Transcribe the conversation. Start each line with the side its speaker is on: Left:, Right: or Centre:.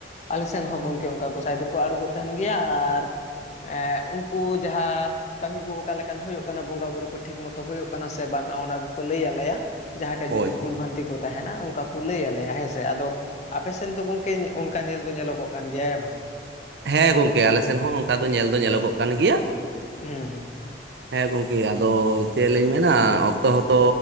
Left: ᱟᱞᱮ ᱥᱮᱱ ᱦᱚᱸ ᱜᱚᱢᱠᱮ ᱚᱱᱠᱟ ᱜᱚᱸᱥᱟᱭ ᱫᱚᱠᱚ ᱟᱬᱜᱚ ᱛᱟᱦᱮᱱ ᱜᱮᱭᱟ ᱟᱨ ᱮᱻᱩᱱᱠᱩ ᱡᱟᱦᱟᱸ ᱠᱟᱹᱢᱤ ᱠᱚ ᱚᱠᱟ ᱞᱮᱠᱟᱱ ᱦᱩᱭᱩᱜ ᱠᱟᱱᱟ ᱵᱚᱸᱜᱟᱼ ᱵᱩᱨᱩ ᱠᱚ ᱴᱷᱤᱠ ᱢᱚᱛᱳ ᱦᱩᱭᱩᱜ ᱠᱟᱱᱟ ᱥᱮ ᱵᱟᱝᱟ ᱚᱱᱟ ᱠᱚᱠᱚ ᱞᱟᱹᱭ ᱟᱞᱮᱭᱟ ᱡᱟᱦᱟᱸ ᱴᱷᱮᱡ
Right: ᱦᱳᱭ
Left: ᱡᱩᱫᱤ ᱵᱷᱩᱞ ᱵᱷᱟᱱᱛᱤ ᱠᱚ ᱛᱟᱦᱮᱱᱟ ᱚᱱᱠᱟ ᱠᱚ ᱞᱟᱹᱭ ᱟᱞᱮᱭᱟ ᱦᱮᱸᱥᱮ ᱟᱫᱚ ᱟᱯᱮ ᱥᱮᱱ ᱫᱚ ᱜᱚᱝᱠᱮ ᱚᱱᱠᱟ ᱧᱮᱞ ᱫᱚ ᱧᱮᱞᱚᱜᱚᱜ ᱠᱟᱱ ᱜᱮᱭᱟ ᱦᱮ ᱵᱟᱝ
Right: ᱦᱮᱸ ᱜᱚᱝᱠᱮ ᱟᱞᱮ ᱥᱮᱱ ᱦᱚᱸ ᱚᱱᱠᱟ ᱫᱚ ᱧᱮᱞ ᱫᱚ ᱧᱮᱞᱚᱜᱚᱜ ᱠᱟᱱ ᱜᱮᱭᱟ
Left: ᱦᱩᱸ ᱦᱩᱸ ᱦᱩᱸ
Right: ᱦᱮᱸ ᱜᱚᱝᱠᱮ ᱟᱫᱚ ᱪᱮᱫ ᱞᱤᱧ ᱢᱮᱱᱟ ᱚᱠᱛᱚ ᱦᱚᱸ ᱛᱚ